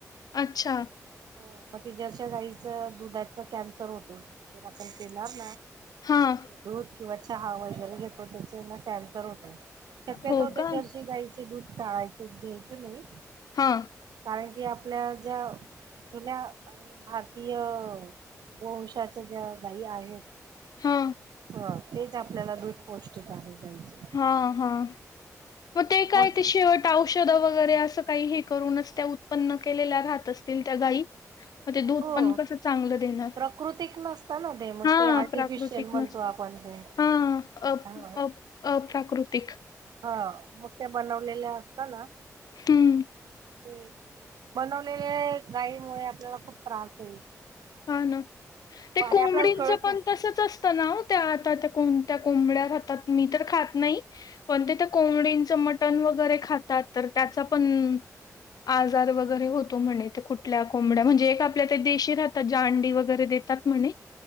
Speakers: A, on the left; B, on the right.
A: अच्छा.
B: हो मग ते जरशा गाईचं दुधाचा कॅन्सर होतो जर आपण पेणार ना.
A: हां.
B: दूध किंवा चहा वगैरे घेतो त्याच्या हेन कॅन्सर होतो. शक्यतो
A: हो
B: ते
A: का
B: जरशी गायचे दूध टाळायच घ्यायचं नाय.
A: हा.
B: कारण की आपल्या ज्या जुन्या आणि भारतीय वंशाच्या ज्या गायी आहेत.
A: हा.
B: हा तेच आपल्याला दूध पौष्टिक आहे गाईचं.
A: हा हा म ते काय
B: मग
A: ते शेवट औषध वगैरे असं काही हे करूनच त्या उत्पन्न केलेल्या राहत असतील त्या गाई. म ते दूध
B: हो
A: पण कस चांगलं देणार
B: प्राकृतिक नसतं ना ते मग
A: हा.
B: ते आर्टिफिशियल
A: प्राकृतिक
B: म्हणतो
A: नस
B: आपण ते
A: हा अप
B: ह
A: अप अ -प्राकृतिक.
B: हा मोठ्या बनवलेल्या असत ना
A: हं.
B: ते बनवलेले गाईमुळे आपल्याला खूप त्रास येईल.
A: हा ना ते कोंबडींचं
B: आपल्याला कळत
A: पण
B: नाही
A: तसच अस त्या नाव आता त्या कोणत्या कोंबड्या खातात? मी तर खात नाही. पण ते तर कोंबडींचं मटण वगैरे खातात तर त्याच पण आजार वगैरे होतो म्हणे ते कुठल्या कोंबड्या म्हणजे? एक आपल्या त्या देशी राह त्याच्या अंडी वगैरे देतात म्हणे,